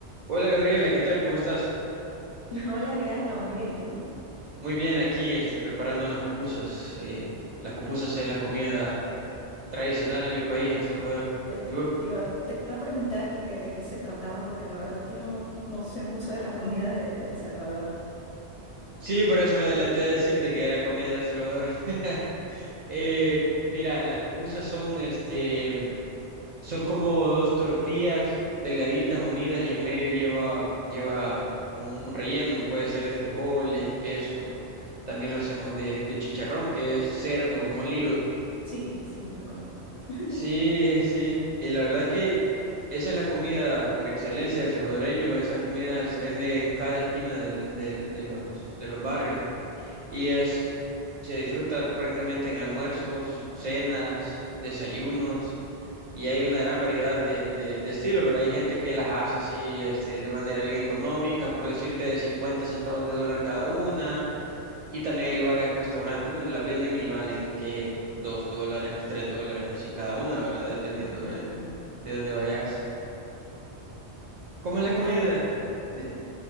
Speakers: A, on the right; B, on the left.
A: Hola Gabriela, ¿qué tal? ¿Cómo estás?
B: <laughs> Hola Gerardo, muy bien, ¿y tú?
A: Muy bien, aquí este, preparando unas pupusas. Eh, las pupusas es la comida tradicional de mi país, El Salvador.
B: Yo
A: ¿Y vos?
B: te iba, te iba a preguntar que, que- de qué se trataba, porque la verdad es que no, no sé mucho de la comida de, de El Salvador.
A: Sí, por eso me adelanté a decirte que era comida de El Salvador. <laughs> Eh, mira, las pupusas son, este, son como dos tortillas delgaditas unidas y en medio lleva, lleva un, un relleno. Puede ser de frijoles, queso. También lo hacemos de, de chicharrón, que es cerdo molido.
B: Sí, sí, lo conozco. <laughs>
A: Sí, sí, y la verdad es que esa es la comida por excelencia del salvadoreño, esa comida se vende en cada esquina del- del- de los, de los barrios y es, se disfruta prácticamente en almuerzos, cenas, desayunos y hay una gran variedad de, de, de estilos, ¿verdad? Hay gente que las hace así, este, de manera bien económica, por decirte, de 50 centavos de dólar cada una. Y también hay lugares, restaurantes donde las venden y valen que dos dólares, tres dólares, así cada una, ¿verdad? Dependiendo
B: Ya,
A: de, de dónde vayas. ¿Cómo es
B: claro.
A: la comida? Dime.